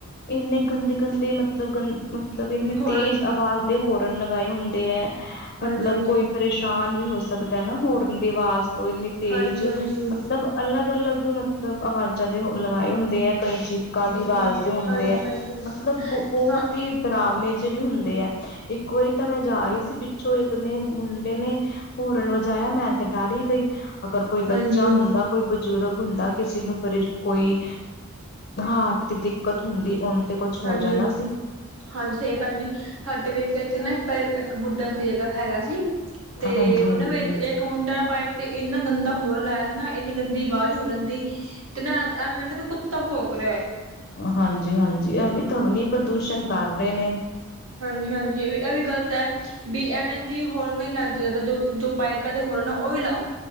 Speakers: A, on the left; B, on the right.
A: ਇੰਨੇ ਗੰਦੇ-ਗੰਦੇ ਮਤਲਬ ਗੰ ਮ ਤਲਬ ਇੰਨੀ
B: ਹੋਰਨ
A: ਤੇਜ਼ ਆਵਾਜ਼ ਦੇ ਹੋਰਨ ਲਗਾਏ ਹੁੰਦੇ ਐ।
B: ਹਾਂਜੀ
A: ਮਤਲਬ
B: ਹਾਂਜੀ
A: ਕੋਈ ਪਰੇਸ਼ਾਨ ਵੀ ਹੋ ਸਕਦਾ ਨਾ ਹੋਰਨ ਦੀ ਆਵਾਜ਼ ਤੋਂ ਇੰਨੀ ਤੇਜ
B: ਹਾਂਜੀ ਹਾਂਜੀ ਹਾਂਜੀ
A: ਮਤਲਬ ਅਲੱਗ-ਅਲੱਗ ਮਤਲਬ ਆਵਾਜ਼ਾਂ ਦੇ ਹੋ ਲਗਾਏ ਹੁੰਦੇ ਐ। ਕਈ ਚੀਕਾਂ ਦੀ
B: ਹਾਂਜੀ
A: ਆਵਾਜ਼ ਦੇ ਹੁੰਦੇ
B: ਹਾਂਜੀ
A: ਐ,
B: ਭੈਣਜੀ
A: ਮਤਲਬ ਬੋਤ
B: ਹਾਂ
A: ਈ ਡਰਾਵਨੇ ਜੇਵੀ ਹੁੰਦੇ ਐ। ਇੱਕ ਵਾਰੀ ਤਾਂ ਮੈਂ ਜਾ ਰੀਸੀ ਪਿੱਛੋਂ ਇੱ ਕ ਨੇ ਮੁੰਡੇ ਨੇ ਹੋਰਨ ਵਜਾਇਆ, ਮੈਂ ਤੇ ਡਰ ਈ ਗਈ ਅਗਰ ਕੋਈ
B: ਹਾਂਜੀ
A: ਬੱਚਾ
B: ਹਮ
A: ਹੁੰਦਾ ਕੋਈ ਬਜ਼ੁਰਗ ਉਦਾਂ ਕਿਸੇ ਨੂੰ ਪਰੇਸ਼ ਕੋਈ ਹਾਰਟ ਦੀ ਦਿੱਕਤ ਹੁੰਦੀ ਉਨ ਤੇ ਕੁਛ ਹੋ
B: ਹਾਂਜੀ
A: ਜਾਣਾ ਸੀ।
B: ਹਾਂਜੀ, ਸਈ ਭੈਨਜੀ ਸਾਡੇ ਵੀ ਇੱਕ ਇੱਥੇ ਨਾ ਇੱਕ-ਇੱਕ ਬੁੱਢਾ ਸੀ ਹੈਗਾ ਸੀ। ਤੇ
A: ਹਾਂਜੀ-ਹਾਂਜੀ।
B: ਉਨੂ ਵੀ ਇੱਕ-ਇਕ ਕ ਮੁੰਡਾ ਬਾਇਕ ਤੇ ਐਨਾ ਗੰਦਾ ਹੋਰਨ ਲਾਇਆ ਨਾ ਐਨੀ ਗੰਦੀ ਆਵਾਜ਼ ਹੋਰਨ ਦੀ ਤੇ ਨਾ ਅ ਐਵੇ ਤਾਂ ਕੋਈ ਕੁੱਤਾ ਭੋਕ ਰੇਆ ਉਏ।
A: ਹਾਂਜੀ-ਹਾਂਜੀ ਐਵੀ ਧਵਨੀ ਪ੍ਰਦੂਸ਼ਣ ਕਰ ਰੇ ਨੇ।
B: ਹਾਂਜੀ-ਹਾਂਜੀ, ਏਹ ਵੀ ਗ਼ਲਤ ਹੈ ਬੀ ਐਵੇਂ ਦੀ ਹੋਰ ਨਹੀਂ ਲਾਨ ਚਾਈਦਾ ਜੋ ਜੋ ਬਾਈਕਾਂ ਦੇ ਹੋਰਨ ਨਾ ਓਹ ਵੀ ਲਾਓ।